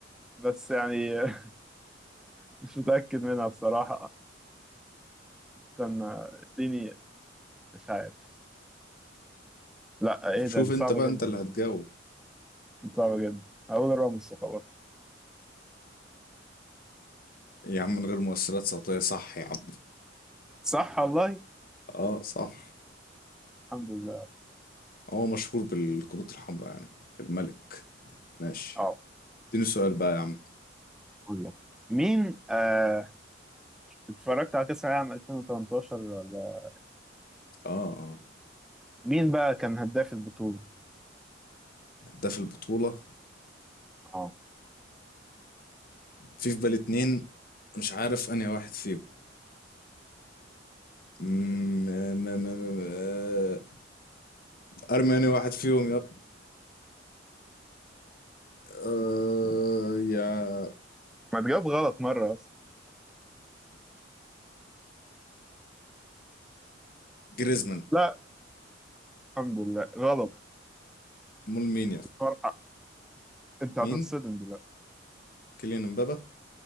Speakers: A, in the centre; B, on the left (about 50°).
A: بس يعني <laughs> مش متأكد منها بصراحة كان اديني مش عارف لا إيه
B: شوف
A: ده دي صعبة
B: انت بقى
A: جدا
B: انت اللي هتجاوب
A: دي صعبة جدا هقول راموس وخلاص
B: يا عم من غير مؤثرات صوتية صح يا عم
A: صح والله
B: <laughs> اه صح
A: الحمد لله
B: هو مشهور بالكروت الحمراء يعني الملك ماشي
A: اه
B: اديني سؤال بقى يا عم
A: أقول لك. مين آه اتفرجت على كأس العالم 2018 ولا
B: اه اه
A: مين بقى كان هداف البطولة؟
B: هداف البطولة
A: اه
B: في في بالي اتنين مش عارف انهي واحد فيهم م- م- م- م- آه، ارمي انهي واحد فيهم يا آه، يا
A: ما تجاوب غلط مرة أصلا
B: جريزمان
A: لا الحمد لله غلط
B: مول مين يا اسطى؟
A: فرحة أنت هتتصدم
B: مين
A: دلوقتي
B: كيليان امبابا